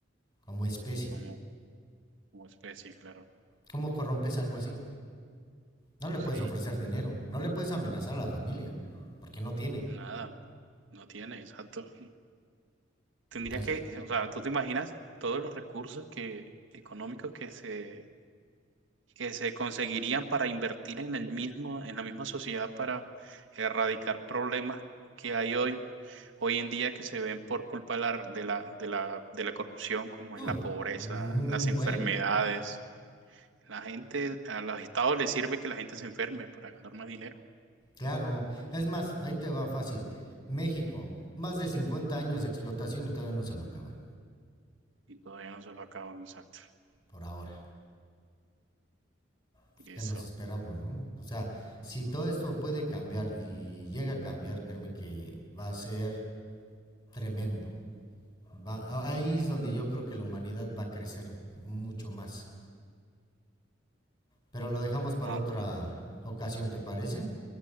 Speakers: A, on the left (about 25°); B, on the right (about 85°).
A: como especie.
B: como, como especie, claro.
A: ¿Cómo corrompes algo así? No le
B: Sí,
A: puedes ofrecer dinero, no le puedes amenazar a la familia, porque no tiene.
B: nada, no tiene, exacto. Tendría
A: Las...
B: que, o sea, tú te imaginas todos los recursos que, económicos que se que se conseguirían para invertir en el mismo, en la misma sociedad para erradicar problemas que hay hoy, hoy en día que se ven por culpa de la, de la, de la, de la corrupción, como
A: Uh,
B: es la pobreza,
A: un
B: las enfermedades.
A: buen,
B: La gente, a los estados les sirve que la gente se enferme para ganar más dinero
A: Claro, es más, ahí te va fácil. México, más de 50 años de explotación y todavía no se lo acaban,
B: y todavía no se lo acaban, exacto.
A: por ahora. Pues,
B: Y
A: ¿Qué
B: eso,
A: nos esperamos, no? O sea, si todo esto puede cambiar y llega a cambiar, créeme que va a ser tremendo. Va- a- ahí es donde yo creo que la humanidad va a crecer mucho más. Pero lo dejamos para
B: no,
A: otra ocasión, ¿te parece?